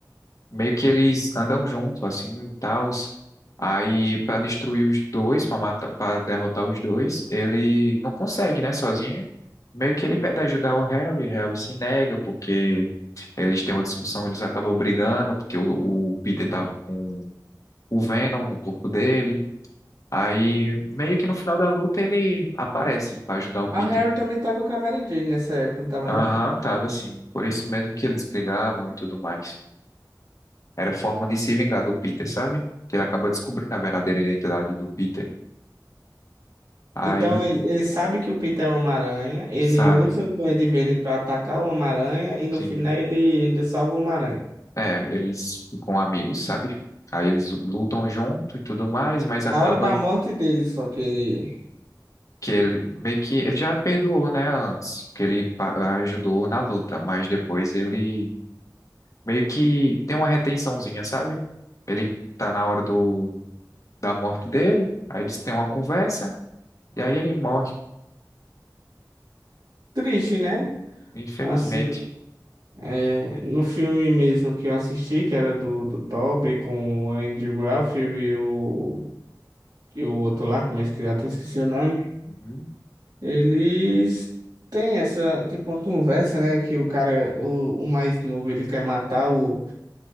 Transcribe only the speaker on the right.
Ah, o Harry também tava com a Mary Jane nessa época, não tava
não?
Então ele, ele sabe que o Peter é o Homem-Aranha, ele
usa o Duende Verde pra atacar o Homem-Aranha e no
final ele ainda salva o Homem-Aranha.
Na hora da morte dele, só que ele.
Triste, né?
Assim, é, no filme mesmo que eu assisti, que era do, do Tobey com o Andrew Garfield e o, e o outro lá, como é que até esqueci o nome,
eles têm essa, tipo, uma conversa, né? Que o cara, o, o mais novo, ele quer matar o,